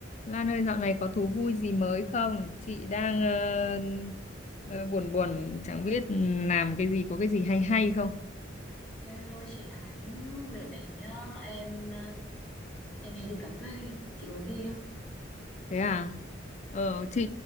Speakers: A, on the left; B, in the centre.
A: Lan ơi dạo này có thú vui gì mới không? Chị đang ờ, ờ, buồn buồn chẳng biết làm cái gì có cái gì hay hay không?
B: Hello chị Ánh, đợt này nhá, em ờ, em hay đi cà phê, chị muốn đi không?
A: Thế à? Ờ chị